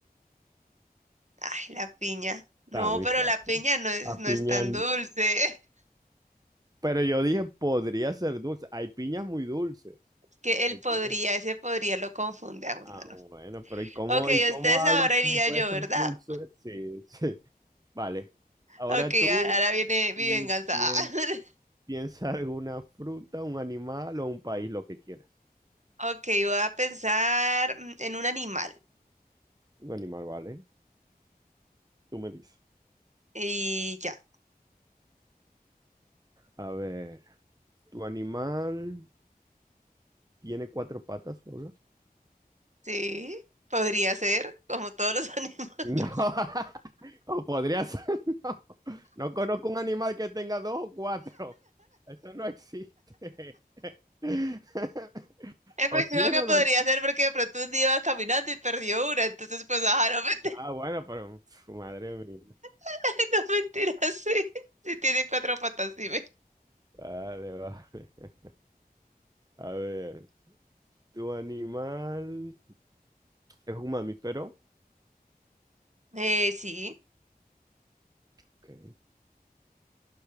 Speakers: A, on the right; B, on the right.
A: Ay, la piña. No,
B: Está muy
A: pero
B: fácil.
A: la piña no es,
B: La
A: no
B: piña.
A: es tan dulce. <laughs>
B: Pero yo dije, podría ser dulce. Hay piñas muy dulces.
A: Es Que
B: Hay
A: él podría,
B: piñas.
A: ese podría lo confunde a uno,
B: Ah,
A: ¿no?
B: bueno, pero ¿y cómo,
A: Ok,
B: y cómo
A: ustedes
B: hago
A: ahora iría
B: si puede
A: yo,
B: ser
A: ¿verdad?
B: dulce? Sí, <laughs> sí. Vale. Ahora
A: Ok,
B: tú
A: a- ahora viene
B: y
A: mi venganza.
B: quién
A: <laughs>
B: Piensa <laughs> alguna fruta, un animal o un país, lo que quieras.
A: Ok, voy a pensar mm, en un animal.
B: Un animal, ¿vale? Tú me dices.
A: Y ya.
B: A ver, ¿tu animal tiene cuatro patas, Paula?
A: Sí, podría ser, como todos los <laughs> animales.
B: No, <laughs> o podría ser, <laughs> no. No conozco un animal que tenga dos o cuatro. Eso no existe. <laughs>
A: es máximo
B: ¿O tiene
A: que
B: o
A: podría
B: no?
A: ser porque de pronto un día iba caminando y perdió una, entonces pues ajá, no mentira,
B: Ah, bueno, pero pf, madre mía.
A: <laughs> no mentira, sí, sí tiene cuatro patas, dime.
B: Vale, vale. A ver, ¿tu animal es un mamífero?
A: Eh, sí,
B: Ok.